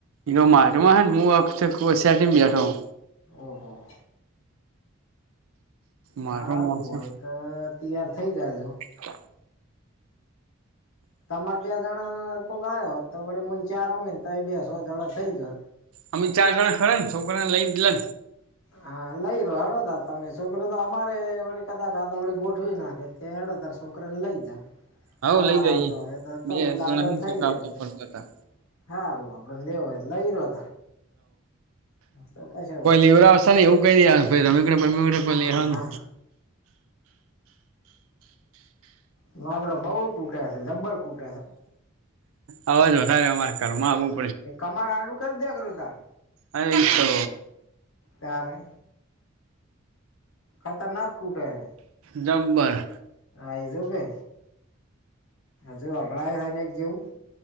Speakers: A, on the right (about 75°); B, on the left (about 75°).
A: એનો માઢમાં મુું આ ક સેટીમ બેઠોહ
B: ઓહ
A: માટો
B: લબું
A: મોસે
B: હોય તો તૈયાર થઇ જાજો
A: હ
B: તમારે બે જણા કોઈક ગ હોત તો વડ મલ ચાર અમે ને તો બે સો જણા થઈ જત
A: અમે ચાર જણા ખરા ને છોકરાને લઈને
B: હા લઈ રહો હડોદાર તમે શું કર તો અમારે કદાચ આ ગોઠવી નાખે હેડો છોકરા ને લઈ જા
A: હવ
B: તમારે
A: લઈ જઈએ
B: આવતા હોય તો તો
A: બે
B: હલ
A: જણા
B: આપડે
A: હે
B: થઈ ર
A: આવતા
B: બધે
A: ફરતા હતા
B: સારું આપડે લેવ લઈ રહ્યો તો કશ
A: બીવરાવસે ને એવું કઈ રમકડા બમકડા
B: હા
A: કોઈ લેવા ને
B: હ માડ બઉ કૂટે છે જબ્બર કુટ
A: અવાજ વધારે અમારા ઘરમાં આવું
B: એ કમાડ આલુ કરી દે કરું ત્યાં
A: અને તો
B: ત્યાર નુ ખતરનાક કૂટે હૈ
A: જંમબર
B: આઈજો કે હજુ અબળાય છે ને એક જેવું